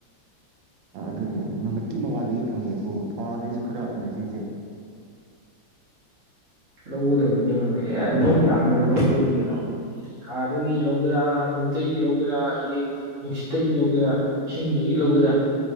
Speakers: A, on the right (about 75°); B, on the right (about 45°).
A: ꯑꯗꯨꯅꯦ ꯅꯨꯃꯤꯠꯀꯤ ꯃꯉꯥꯜꯗꯒꯤ ꯐꯪꯉꯦꯕꯨ ꯊꯥꯗꯩꯁꯨ ꯈꯔ ꯏꯅꯔꯖꯤꯁꯦ
B: ꯂꯧꯒꯗꯧꯅꯤ ꯀꯩꯅꯣꯅꯦ ꯑꯦ ꯂꯧ ꯌꯥꯝꯃ ꯂꯧꯒꯗꯧꯅꯤ ꯀꯩꯅꯣ ꯊꯥꯗꯒꯤ ꯂꯧꯒꯦꯔꯥ ꯅꯨꯃꯤꯠꯇꯒꯤ ꯂꯧꯒꯦꯔꯥ ꯑꯗꯒꯤ ꯅꯨꯡꯁꯤꯠꯇꯒꯤ ꯂꯧꯒꯦꯔꯥ ꯏꯁꯤꯡꯗꯒꯤ ꯂꯧꯒꯦꯔꯥ